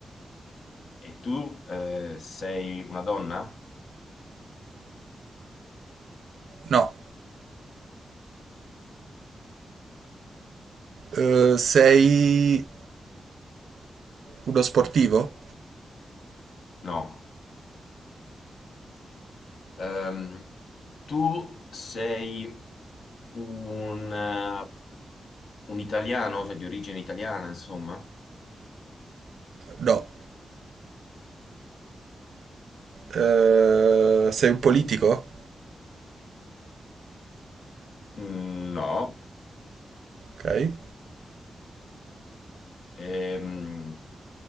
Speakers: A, on the left (about 80°); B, on the right (about 80°).
A: E tu eh, sei una donna?
B: No. Eh, sei uno sportivo?
A: No. Ehm, tu sei un, eh, un italiano, cioè di origine italiana, insomma?
B: No. Eh, sei un politico?
A: Mm, No.
B: Ok.
A: Ehm,